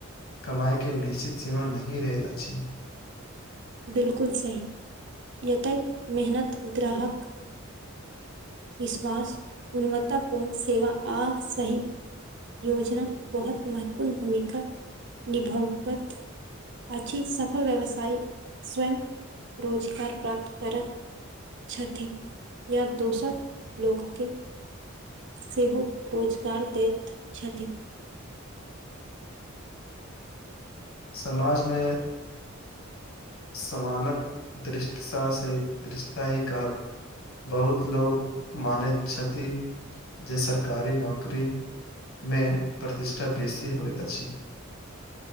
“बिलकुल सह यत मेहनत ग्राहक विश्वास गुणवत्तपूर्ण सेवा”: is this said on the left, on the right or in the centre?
Right